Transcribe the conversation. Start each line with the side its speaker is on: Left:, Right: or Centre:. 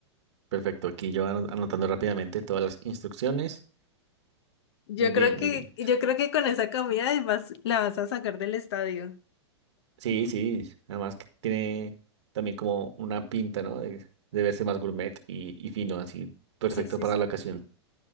Right: Perfecto, aquí yo ano- anotando rápidamente todas las instrucciones.
Left: Yo
Right: Muy bien,
Left: creo que,
Right: muy bien.
Left: yo creo que con esa comida vas, la vas a sacar del estadio.
Right: Sí, sí, además que tiene también como una pinta, ¿no? De, de verse más gourmet y, y fino, así, perfecto
Left: Sí, sí,
Right: para
Left: sí.
Right: la ocasión,